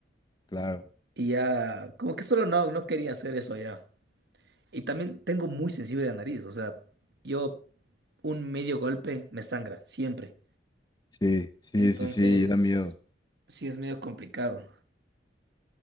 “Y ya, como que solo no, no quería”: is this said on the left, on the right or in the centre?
Right